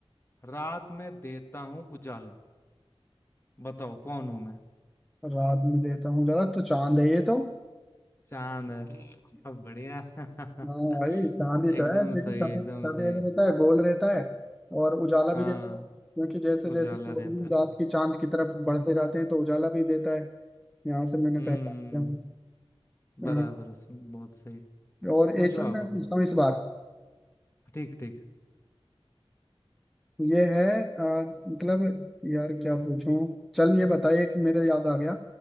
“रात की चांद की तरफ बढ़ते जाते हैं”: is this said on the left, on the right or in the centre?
Centre